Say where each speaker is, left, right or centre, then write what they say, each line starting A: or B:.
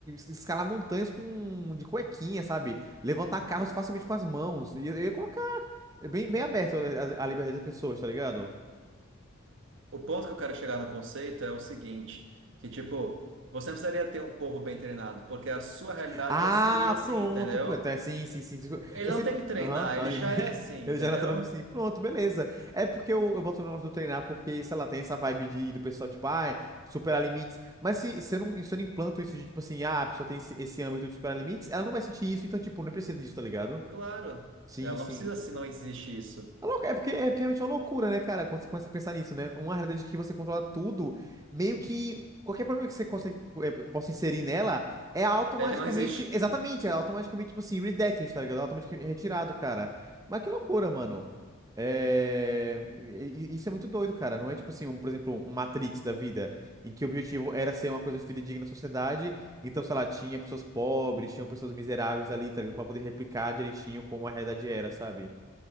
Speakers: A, on the right; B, on the right.
A: escalar montanhas com, de cuequinha, sabe? Levantar carros facilmente com as mãos. Eu, eu ia colocar bem, bem aberto a a liberdade das pessoas, tá ligado?
B: O ponto que eu quero chegar no conceito é o seguinte, que tipo, você não precisaria ter um povo bem treinado, porque a sua realidade
A: Ah,
B: já seria assim,
A: pronto.
B: entendeu?
A: pô, Então, é, sim, sim, sim. sim.
B: Ele
A: Eu
B: não
A: sempre.
B: tem que treinar,
A: Aham. ai,
B: ele já
A: <laughs>
B: é assim,
A: Eu
B: entendeu?
A: já naturalmente sim. Pronto, beleza. É porque eu, eu boto o negócio do treinar, porque, sei lá, tem essa vibe de, do pessoal, tipo, ah, é superar limites. Mas se, se eu não, se eu não implanto isso de, tipo assim, ah, a pessoa tem esse, esse âmbito de superar limites, ela não vai sentir isso, então, tipo, não precisa disso, tá ligado?
B: Claro.
A: Sim,
B: Ela não
A: sim.
B: precisa se não existe isso.
A: É lou- é porque, é porque realmente é uma loucura, né, cara? Quando você começa a pensar nisso, né? Uma realidade que você controla tudo, meio que qualquer problema que você consegue, eh, possa inserir nela é automaticamente,
B: Ele não existe.
A: exatamente, é automaticamente, tipo assim, redacted, tá ligado? É Automaticamente retirado, cara. Mas que loucura, mano. É... e- e- Isso é muito doido, cara. Não é tipo assim, um, por exemplo, um Matrix da vida, em que o objetivo era ser uma coisa fidedigna na sociedade. Então, sei lá, tinha pessoas pobres, tinham pessoas miseráveis ali, tá ligado? Pra poder replicar direitinho como a realidade era, sabe?